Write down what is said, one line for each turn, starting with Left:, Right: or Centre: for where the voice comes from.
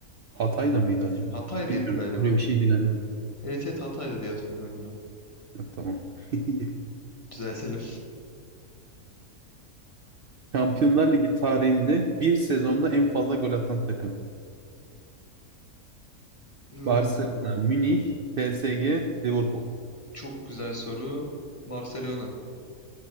Right: Hatay'da mıydı acaba?
Left: Hatay'daydı
Right: Bilmiyorum.
Left: galiba.
Right: Böyle bir şeydi galiba.
Left: Evet evet Hatay'da diye hatırlıyorum ben.
Right: Ya, tamam. <laughs>
Left: Düzeltelim.
Right: Şampiyonlar Ligi tarihinde bir sezonda en fazla gol atan takım.
Left: Huu,
Right: Barcelona, Münih, PSG, Liverpool.
Left: Çok güzel soru. Barcelona.